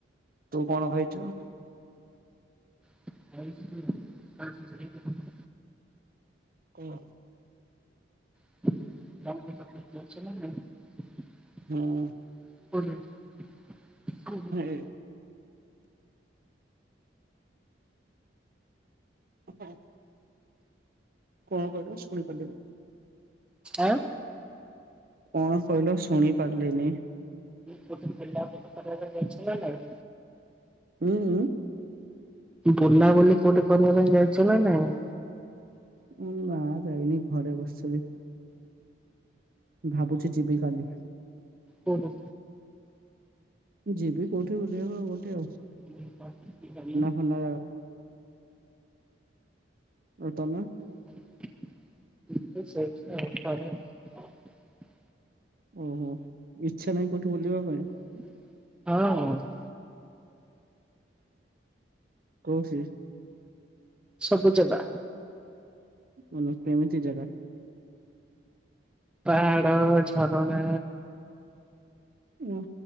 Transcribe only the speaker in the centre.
<unintelligible>
<unintelligible> କୋଉଠି
<unintelligible>
ଆଁ।
ପଚାରିଲି <unintelligible> ଅଛିନା ନାଇଁ?
ବୁଲାବୁଲି କୋଉଠି କରିବା ପାଇଁ ଯାଇଛନା ନାଇଁ?
କୋଉଠୁ?
<unintelligible>
<unintelligible>
ହଁ।
ସବୁ ଜାଗା।
ପାହାଡ ଝରଣା